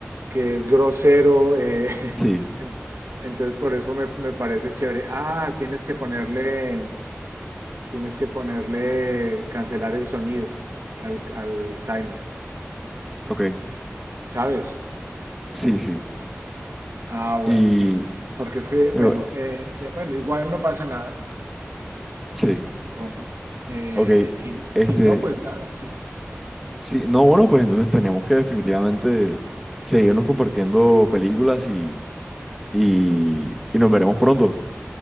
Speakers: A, on the right (about 70°); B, in the centre.
A: que es grosero. eh, <laughs>
B: Sí,
A: en- Entonces por eso me, me parece chévere. Ah, tienes que ponerle, tienes que ponerle, cancelar el sonido al, al timer,
B: ok.
A: ¿sabes?
B: Sí, sí.
A: Ah, bueno,
B: Y
A: porque es que, bueno,
B: digo,
A: eh, de- bueno, igual no pasa nada.
B: sí.
A: supongo. Eh,
B: Ok,
A: y,
B: este,
A: y no, pues nada, sí.
B: sí, no, bueno, pues entonces tenemos que definitivamente seguirnos compartiendo películas y, y, y nos veremos pronto.